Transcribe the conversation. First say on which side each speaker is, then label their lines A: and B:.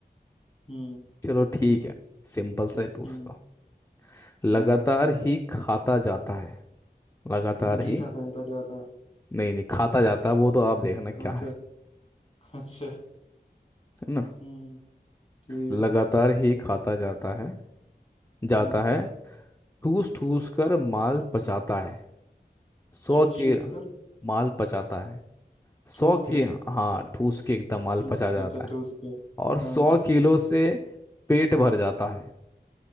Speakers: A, on the left; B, on the left.
A: हम्म
B: चलो ठीक है सिंपल सा ही पूछता
A: हम्म
B: हूँ लगातार
A: हम्म
B: ही खाता जाता है लगातार
A: घी
B: ही
A: खाता रहता है लगातार
B: नहीं नहीं खाता जाता वो तो आप देखना क्या
A: अच्छा
B: है
A: अच्छा
B: है ना
A: हम्म ठीक
B: लगातार
A: है
B: ही खाता जाता है जाता
A: हम्म
B: है ठूस ठूस कर माल पचाता है सौ
A: चूस
B: के
A: चूस कर
B: माल पचाता है
A: चूस
B: सौ
A: के
B: के हाँ ठूस के एकदम माल
A: हम्म
B: पचा जाता
A: अच्छा
B: है
A: चूस के
B: और
A: हाँ
B: सौ किलो से पेट भर जाता है